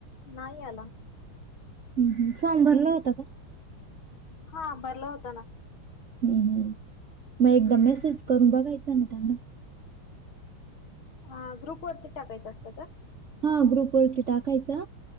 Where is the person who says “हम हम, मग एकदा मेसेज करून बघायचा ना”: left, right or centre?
Right